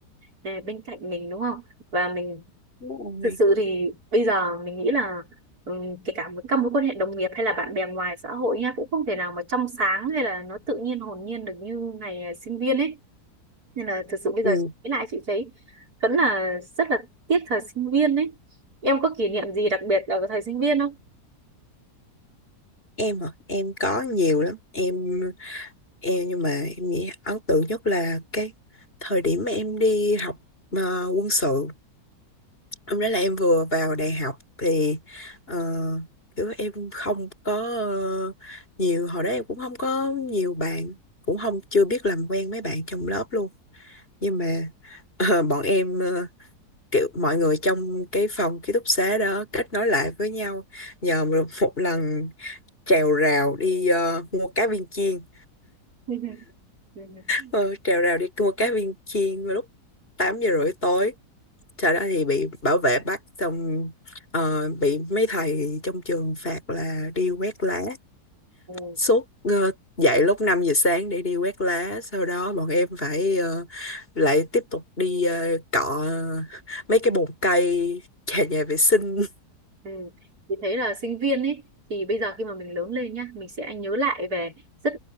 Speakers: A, on the right (about 65°); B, on the left (about 35°).
A: ờ, bên cạnh mình đúng không và mình
B: đúng rồi
A: thực sự thì bây giờ mình nghĩ là ừm, kể cả một các mối quan hệ đồng nghiệp hay là bạn bè ngoài xã hội nha cũng không thể nào mà trong sáng hay là nó tự nhiên hồn nhiên được như ngày ờ, sinh viên ấy nên là thực sự bây
B: ừ,
A: giờ nghĩ lại chị thấy vẫn là rất là tiếc thời sinh viên ấy em có kỷ niệm gì đặc biệt ở thời sinh viên không
B: em hả em có nhiều lắm em Em nhưng mà em nghĩ ấn tượng nhất là cái thời điểm mà em đi học ờ, quân sự hôm đó là em vừa vào đại học thì ờ, kiểu em không có ờ, nhiều hồi đó em cũng không có nhiều bạn cũng không chưa biết làm quen mấy bạn trong lớp luôn nhưng mà ờ, bọn em ờ, kiểu mọi người trong cái phòng ký túc xá đó kết nối lại với nhau nhờ một một lần trèo rào đi ờ, mua cá viên chiên
A: <laughs>
B: Ờ, trèo rào đi mua cá viên chiên vào lúc 8 giờ rưỡi tối sau đó thì bị bảo vệ bắt xong ờ, bị mấy thầy trong trường phạt là đi quét lá
A: Ừ. Ừ.
B: suốt ờ, dậy lúc 5 giờ sáng để đi quét lá sau đó bọn em phải ờ, lại tiếp tục đi ờ, cọ mấy cái bồn cây nhà nhà vệ sinh
A: Ừ. Thì thấy là sinh viên ấy thì bây giờ khi mà mình lớn lên nhá mình sẽ nhớ lại về rất